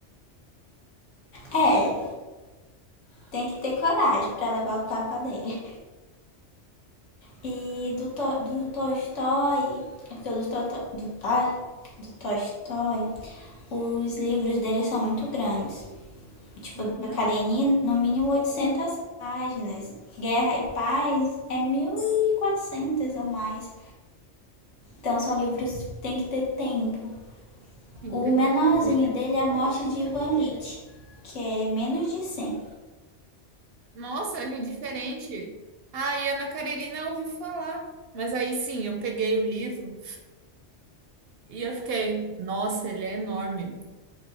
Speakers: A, on the left; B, on the right.
A: é, tem que ter coragem pra levar o tapa dele. E do, to, do Tolstói, é porque o do, to, do, ai, do Tolstói, os livros dele são muito grandes. Tipo,
B: Uhum.
A: da Karenina, no mínimo 800 páginas. Guerra e Paz é 1.400 ou mais. Então, são livros que tem que ter tempo
B: Tem
A: O
B: que ter
A: menorzinho
B: coragem, né?
A: dele é a morte de Ivan Lit, que é menos de cem.
B: Nossa, é diferente. Ah, e Ana Karenina eu ouvi falar. Mas aí sim, eu peguei o livro e eu fiquei, nossa, ele é enorme.